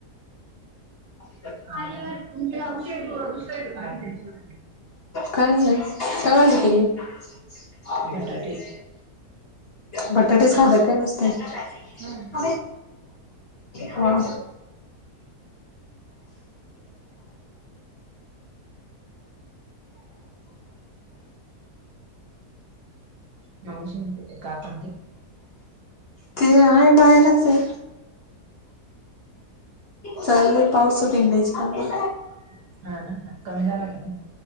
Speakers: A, on the left; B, on the right.
A: <inaudible>
B: खाली वर. तुमच्या <unintelligible>
A: काय नाइ. काय भाजी केली? <inaudible>
B: बटाटे
A: बटाटेच खाताय काय नुसते? <inaudible>
B: हा
A: हा.
B: <unintelligible> <unintelligible> मावशी न ते. काका न ते.
A: ते आहे. बाहेरचय. चाललय, पावसात हिंडायची कामं.
B: हा, ना. आत कमी झाला का नाही?